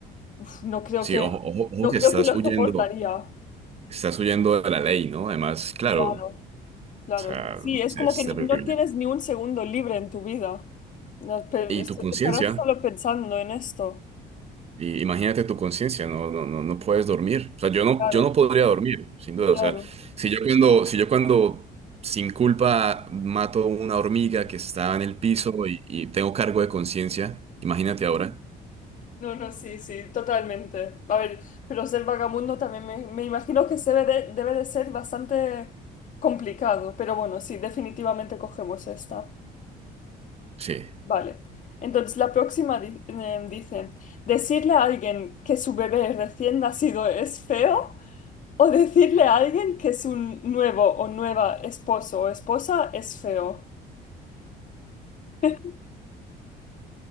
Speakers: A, on the left; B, on the right.
A: uf, no creo
B: Sí,
A: que,
B: ojo, ojo, ojo
A: no
B: que
A: creo
B: estás
A: que lo
B: huyendo,
A: soportaría,
B: estás huyendo de la ley, ¿no? Además, claro,
A: claro. Claro,
B: o sea,
A: sí, es como
B: es
A: que
B: terrible.
A: no tienes ni un segundo libre en tu vida. No, pe-
B: ¿Y
A: est-
B: tu conciencia?
A: estarás solo pensando en esto.
B: Y imagínate tu conciencia, no, no, no, no puedes dormir. O sea, yo no,
A: Claro,
B: yo no podría dormir, sin duda.
A: claro.
B: O sea, si yo cuando, si yo cuando sin culpa mato una hormiga que está en el piso y, y tengo cargo de conciencia, imagínate ahora.
A: No, no, sí, sí, totalmente. A ver, pero ser vagabundo también me, me imagino que se debe de, debe de ser bastante complicado. Pero bueno, sí, definitivamente cogemos esta.
B: Sí. <laughs>
A: Vale. Entonces, la próxima di- eh, dice, decirle a alguien que su bebé recién nacido es feo O decirle a alguien que su nuevo o nueva esposo o esposa es feo. <laughs>